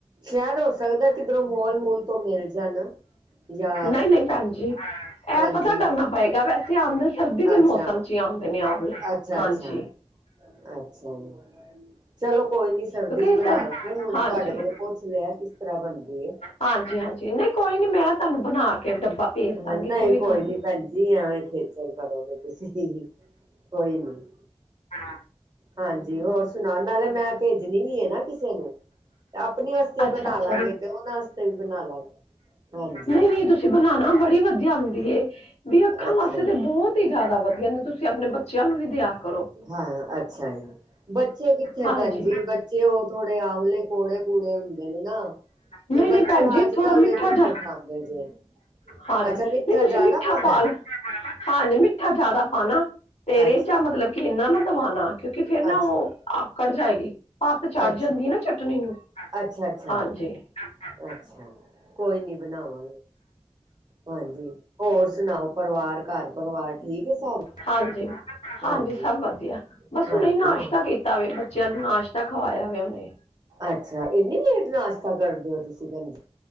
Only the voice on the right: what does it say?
ਸ਼ੈਦ ਹੋ ਸਕਦਾ ਕਿੱਧਰੋਂ ਮੋਲ ਮੂਲ ਤੋਂ ਮਿਲ ਜਾਣ ਜਾਂ
ਹਾਂਜੀ
ਅੱਛਾ
ਅੱਛਾ
ਅੱਛਾ ਅੱਛਾ ਜੀ। ਚਲੋ ਕੋਈ ਨੀ ਸਰਦੀ
ਚ ਬਣਾ
ਲਾਂਗੇ ਹੁਣ
ਤੁਹਾਡੇ ਕੋਲੋਂ ਪੁੱਛ ਲਿਆ ਕਿਸ ਤ੍ਰਾ ਬਣਦੇ ਐ।
ਨਈ ਕੋਈ
ਨੀ
ਭੈਣਜੀ ਐਵੇਂ ਖੇਚਲ ਕਰੋਗੇ ਤੁਸੀਂ। ਕੋਈ ਨੀ।
ਹਾਂਜੀ ਹੋਰ ਸੁਣਾ ਨਾਲ ਮੈਂ ਭੇਜਣੀ ਵੀ ਐ ਨਾ ਕਿਸੇ ਨੂੰ, ਤੇ ਆਪਣੇ ਵਾਸਤੇ
ਵੀ ਬਣਾ
ਲਾਂਗੇ ਤੇ ਓਨਾਂ ਵਾਸਤੇ ਵੀ ਬਣਾ ਲਾਂਗੇ। ਹਾਂਜੀ
ਅੱਛਾ
ਜੀ
<unintelligible> ਅੱਛਾ ਜੀ। ਬੱਚੇ ਕਿੱਥੇ
ਭੈਣਜੀ ਬੱਚੇ ਓ ਥੋੜੇ ਆਮਲੇ ਕੌੜੇ ਕੂੜੇ ਹੁੰਦੇ ਨੇ ਨਾ
ਤੇ
ਬੱਚੇ
ਅੱਜ
ਕੱਲ
ਦੇ ਕਿੱਥੇ
ਖਾਂਦੇ ਜੇ।
ਅੱਛਾ
ਮਿੱਠਾ
ਜਾਦਾ ਪਾਣਾ?
ਅੱਛਾ
ਅੱਛਾ
ਅੱਛਾ
ਅੱਛਾ ਅੱਛਾ
ਅੱਛਾ ਕੋਈ ਨੀ ਬਣਾਵਾਂ ਹਾਂਜੀ ਹੋਰ ਸੁਣਾਓ ਪਰਿਵਾਰ ਘਰ ਪਰਿਵਾਰ ਠੀਕ ਐ ਸਭ?
ਹਾਂਜੀ
ਹਾਂਜੀ
ਹੁਣ
ਅੱਛਾ ਏਨੀ ਲੇਟ ਨਾਸ਼ਤਾ ਕਰਦੇ ਹੋ ਤੁਸੀਂ ਭੈਂਜੀ